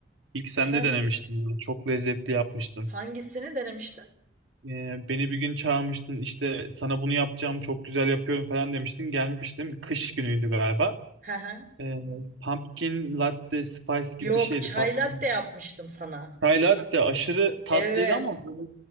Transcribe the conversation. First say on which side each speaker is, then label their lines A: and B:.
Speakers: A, on the right; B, on the right.
A: İlk sen
B: Efendim
A: de denemiştin. bunu. Çok lezzetli yapmıştın.
B: hangisini denemiştin?
A: Ee, beni bir gün çağırmıştın. işte sana bunu yapacağım. Çok güzel yapıyorum falan demiştin. Gelmiştim. Kış günüydü galiba.
B: Hı hı.
A: Ee, pumpkin latte spice
B: Yok
A: gibi bir şeydi.
B: çay
A: Pumpkin.
B: latte yapmıştım sana.
A: Chai latte aşırı tatlıydı
B: Evet.
A: ama böyle